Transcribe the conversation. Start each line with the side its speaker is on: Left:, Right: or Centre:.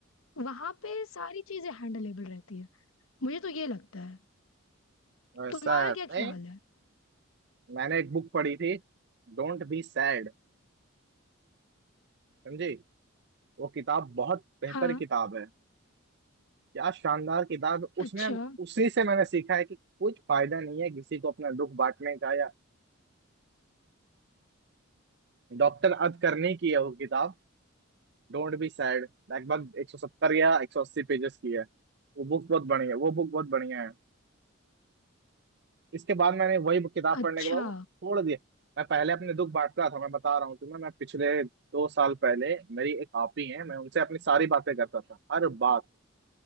Left: वहां पे सारी चीजें हैंडलेबल रहती है मुझे तो ये लगता है
Right: ऐसा
Left: तुम्हारा क्या
Right: नहीं
Left: ख्याल है
Right: मैंने एक बुक पढ़ी थी डोंट बी सैड समझी वो किताब बहुत बेहतर
Left: हाँ
Right: किताब है क्या शानदार किताब है। उसमें
Left: अच्छा
Right: उसी से मैंने सीखा है कि कुछ फायदा नहीं है किसी को अपना दुख बांटने का या डॉक्टर अद करने की है वो किताब डोंट बी सैड लगभग 170 या 180 पेजेस की है वो बुक बहुत बढ़िया है वो बुक बहुत बढ़िया है इसके बाद मैंने वही book- किताब
Left: अच्छा
Right: पढ़ने के बाद वो छोड़ दिया मैं पहले अपने दुख बांटता था मैं बता रहा हूँ तुम्हें मैं पिछले दो साल पहले मेरी एक आपी है मैं उनसे अपनी सारी बातें करता था हर बात